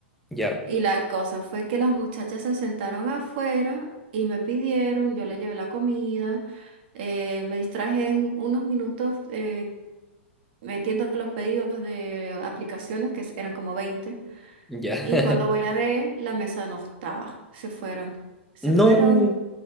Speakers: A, in the centre; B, on the right.
A: ya,
B: Y la cosa fue que las muchachas se sentaron afuera y me pidieron, yo les llevé la comida, eh, me distraje en unos minutos eh, metiendo los pedidos de aplicaciones, que eran como 20.
A: ya.
B: Y
A: <laughs>
B: cuando voy a ver, la mesa no estaba. Se fueron. Se fueron
A: No,